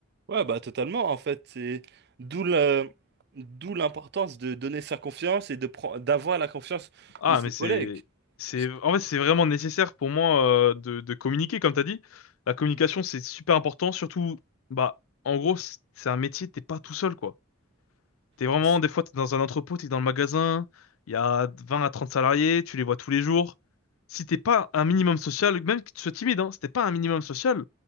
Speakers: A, on the right; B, on the left.
A: Ouais, bah totalement, en fait, c'est d'où la- d'où l'importance de donner sa confiance et de pre- d'avoir la confiance
B: Ah,
A: de ses
B: mais
A: collègues.
B: c'est, c'est,
A: Parce
B: en fait, c'est vraiment nécessaire pour moi euh, de, de communiquer, comme t'as dit. La communication,
A: que,
B: c'est super important, surtout, bah, en gros, c'est c'est un métier, t'es pas tout seul, quoi. T'es vraiment,
A: bah, c'est
B: des fois, t'es dans un entrepôt, t'es dans le magasin, il y a 20 à 30 salariés, tu les vois tous les jours. Si t'es pas un minimum social, même que tu sois timide, hein, si t'es pas un minimum social,